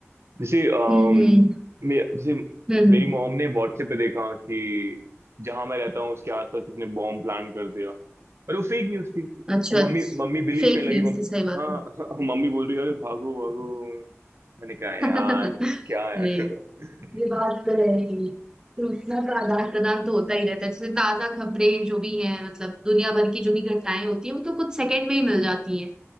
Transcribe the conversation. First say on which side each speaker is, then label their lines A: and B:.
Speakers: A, on the right (about 65°); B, on the right (about 15°).
A: जैसे अम,
B: हम्म हम्म
A: मे, जैसे
B: हम्म,
A: मेरी
B: हम्म,
A: मॉम ने व्हाट्सएप पे देखा कि जहां मैं रहता हूँ उसके आसपास किसी ने बॉम्ब प्लान कर दिया पर वो फेक न्यूज थी
B: अच्छा
A: और मम्मी मम्मी बिलीव
B: फेक
A: करने लगी
B: न्यूज
A: मम्मी
B: थी सही बात
A: हाँ
B: है
A: हाँ, मम्मी बोल रही है अरे भागो भागो मैंने कहा यार
B: <laughs>
A: क्या
B: नहीं
A: है <laughs>
B: ये बात तो है ही सूचना का आदान प्रदान तो होता ही रहता है जैसे ताजा खबरें जो भी हैं मतलब दुनिया भर की जो भी घटनाएं होती हैं वो तो कुछ सेकंड में ही मिल जाती हैं